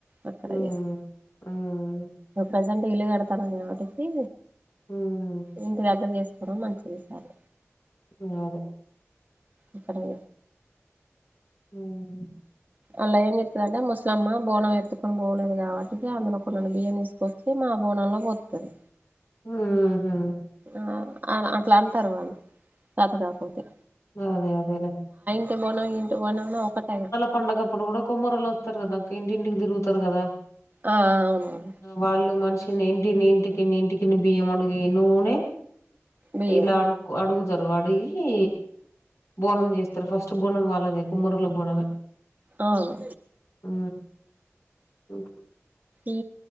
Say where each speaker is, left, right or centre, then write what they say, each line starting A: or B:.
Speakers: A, on the right; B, on the left.
A: అక్కడ
B: హ్మ్.
A: చేసి
B: హ్మ్.
A: ప్రజెంట్ ఇల్లు కడతానుం కాబట్టిటి
B: హ్మ్.
A: ఇంటి దగ్గర చేసుకోవడం మంచిది ఈసారి
B: ఉ అదే
A: ఎక్కడ
B: ఉహు
A: అలా ఏం చెప్తుద అంటే ముసలమ్మ బోనం ఎత్తుకొని పోలేదు కాబట్టి అందులో కొన్ని బియ్యం ఇస్త వచ్చి మా బోనంలో పొత్తరు
B: ఉహూ
A: ఆ ఆ ఆ అట్లా అంటారు వాళ్ళు శతకాకపోతే
B: అదే అదేలే
A: అే పోనం ఇంటి పోనంలో ఒకటేైన
B: పండుగప్పుడు కూడా కుమ్మరోళ్లు అత్తరు కదా అక్క ఇంటింటికి తిరుగుతారు కదా
A: ఆ ఆ అవును అవును
B: వాళ్ళు మనిషిని ఇంటిని ఇంటికినీ ఇంటికిని బియ్యం అడిగి నూనే
A: బియ్యం
B: ఇలా అడుగు అడుగుతారు అడిగి బోనం చేస్తారు ఫస్ట్ బోనం వాళ్ళు దే కుమ్మరోళ్ళకు బోనమే
A: అవును
B: ఉ ఓకే
A: ఈ